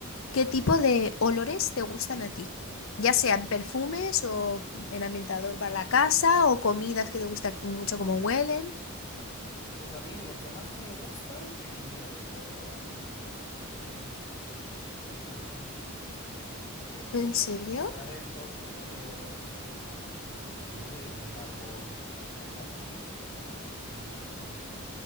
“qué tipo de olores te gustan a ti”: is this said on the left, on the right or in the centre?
Left